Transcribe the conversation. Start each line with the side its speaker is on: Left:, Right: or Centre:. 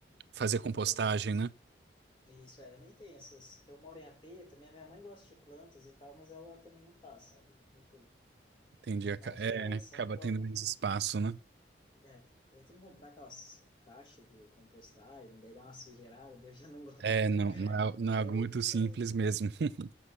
Right: fazer
Left: de
Right: compostagem,
Left: fazer.
Right: né?
Left: E Isso aí, eu nem tenho essas, que eu moro em AP, também a minha mãe gosta de plantas e tal, mas ela também não faz, sabe? Enfim,
Right: Entendi. Aca-
Left: mas
Right: É,
Left: eh,
Right: acaba
Left: são formas,
Right: tendo menos
Left: né,
Right: espaço,
Left: de...
Right: né?
Left: É, daí tem que comprar aquelas caixas de compostagem, daí dá uma sujeirada, daí eu já não gosto.
Right: É, não,
Left: <laughs>
Right: não é, não
Left: É,
Right: é algo muito simples
Left: né,
Right: mesmo. <laughs>